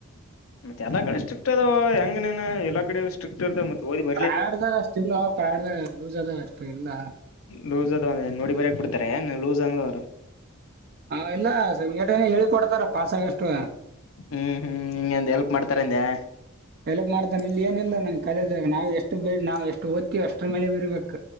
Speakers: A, on the left; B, on the right.
A: ಮತ್ತ ಎಲ್ಲಾ ಕಡೆ ಸ್ಟ್ರೀಕ್ ಅದವೊ ಹೆಂಗ ನೀನು ಎಲ್ಲಾ ಕಡೆಸ್ಟಿಷ್ಟ <unintelligible>
B: ಪ್ರೈವೇಟ್ ದಾಗ ಅಷ್ಟು ಇಲ್ವೊ ಪ್ರೈವೇಟ್ ಲೂಸ್ ಅದ್ ಅಷ್ಟ ಇಲ್ಲಾ
A: ಲೂಸ್ ಅದಾವ ನೋಡಿ ಬರಕ್ ಬಿಡ್ತಾರೆ ಏನು ಲೂಸ್ ಅಂದ ಅವ್ರು.
B: ಹಾ ಇಲ್ಲಾ ಸಂಘಟನೆ ಹೇಳಿ ಕೊಡ್ತಾರ ಪಾಸ್ ಆಗಷ್ಟು.
A: ಹುಂ ಹುಂ ಹೆಂಗ ಎಲ್ಪ್ ಮಾಡ್ತಾರಂದೆ
B: ಎಲ್ಪ್ ಮಾಡ್ತಾನ ಇಲ್ಲಿ ಏನಿಲ್ಲಾ ನಮ್ ಕಲದಾಗ ನಾವ್ ಎಷ್ಟು ಬ ನಾವ್ ಎಷ್ಟು ಓತೀವಿ ಅಷ್ಟ್ರ ಮೇಲೆ ಬರೀರ್ಬೇಕ